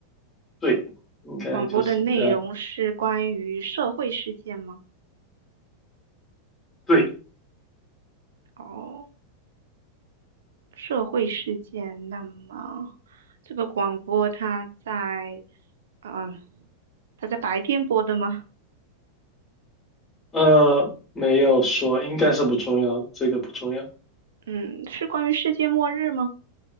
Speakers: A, on the left; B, on the right.
A: 对，应该就是这样。
B: 广播的内容是关于社会事件吗？
A: 对。
B: 哦，社会事件。那么这个广播它在，嗯、它在白天播的吗？
A: 呃，没有说，应该是不重要，这个不重要，
B: 嗯，是关于世界末日吗？